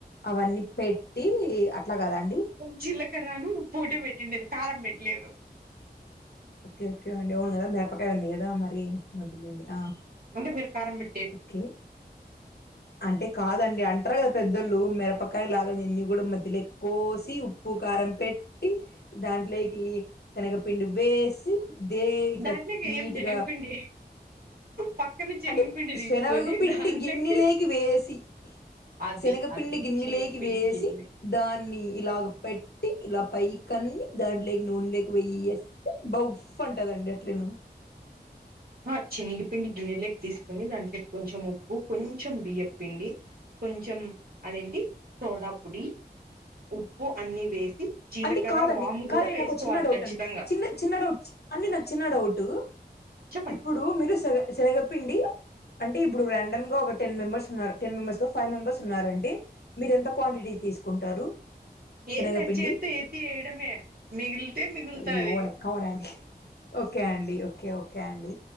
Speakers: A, on the left; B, on the right.
A: అవన్నీ పెట్టి అట్లా కదండి
B: జీలకరను పోటే పెట్టిండే కారం పెట్లేదు
A: ఓకే ఓకే అండి అవును కదా మిరపకాయ ఉంది కదా మరి యె మొదులేండి ఆ
B: అంటే మీరు ప్రారంభి
A: ఓకే అంటే కాదండి అంటారు కదా పెదొళ్లు మిరపకాయ లాగా తిన్ని కూడా మధ్యలక్ కోసి ఉప్పు కారం పెట్టి దాంట్లోకి శనగపిండి వేస్ దే ఇట్లా
B: దాంట్లోకి
A: నీట్గా
B: ఏం శనగపిండి పక్కన శనగపిండి
A: అంటే
B: తీసుకొని
A: శెనగపిండి
B: దాంట్లోకి
A: గిన్నెలేకి వేసి
B: అది
A: శనగపిండి
B: అది
A: గిన్నెలేకి
B: శనగపిండి
A: వేసి
B: గిన్నె
A: దాన్ని ఇలాగ పెట్టి ఇలా పైక్ అని దాంట్లోకి నూన్లోకి వెయేస్తే బౌవ్ అంటదండి అట్లే
B: ఆ శనగపిండి గిన్నెలేకి తీసుకుని దాంట్లక్ కొంచెం ఉప్పు కొంచెం బియ్యప్ పిండి కొంచెం అదేంటి సోడా పొడి ఉప్పు అన్ని వేసి జీలకర్ర
A: అంటే కాదండి
B: వాము
A: కాదే
B: కూడా వేసుకోవాలి
A: నాకు చిన్న డౌట్
B: ఖచ్చితంగా
A: అండి చిన్న చిన్న డౌట్ అంటే నాకు చిన్న డౌట్
B: చెప్పండి
A: ఇప్పుడు మీరు సెనగ శనగపిండి అంటే ఇప్పుడు రాండంగా ఒకె టెన్ మెంబెర్స్ ఉన్నారు టెన్ మెంబెర్స్ లో ఫైవ్ మెంబర్స్ ఉన్నారు అండి మీరు ఎంత క్వాంటిటీ తీసుకుంటారు
B: ఏం
A: శనగపిండి
B: లే చేత్తో ఎత్తి యెయ్యడమే మిగులుతే మిగులుతాది
A: అయ్యో <unintelligible> ఓకే అండి ఓకే ఓకే అండ్